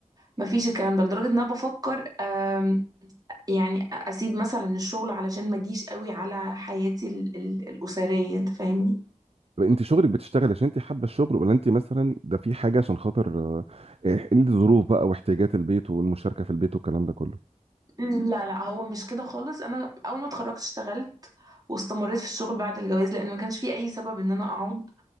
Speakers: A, on the right (about 30°); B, on the right (about 50°).
A: مفيش الكلام ده لدرجة ان انا بفكر آم، يعني اسيب مثلا الشغل علشان ما اجيش قوي على حياتي ال- ال- الاسرية انت فاهمني
B: طب أنت شغلك بتشتغل عشان أنت حابة الشغل ولا أنت مثلا ده في حاجة عشان خاطر آه، آه، الظروف بقى واحتياجات البيت والمشاركة في البيت والكلام ده كله؟
A: مم، لا لا هو مش كده خالص انا اول ما اتخرجت اشتغلت واستمريت في الشغل بعد الجواز لان ما كانش في اي سبب ان انا اقعد